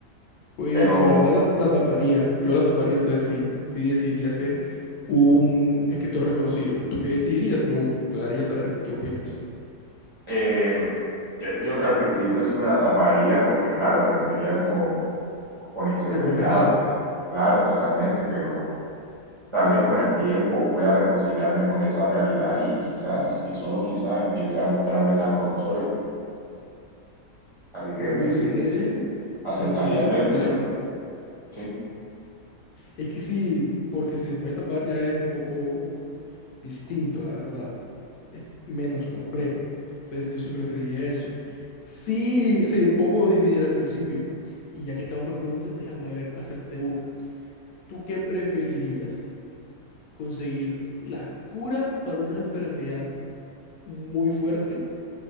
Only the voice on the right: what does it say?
Pero
eh, yo digo que al principio sí me la taparía porque, claro, me sentiría como con inseguridad.
Claro, totalmente, pero Tal vez con el tiempo pueda reconciliarme con esa realidad y quizás, y solo quizás, empiece a mostrarme tal como soy. Así
que
Dizzy,
¿aceptaría
el
éxito?
Sí,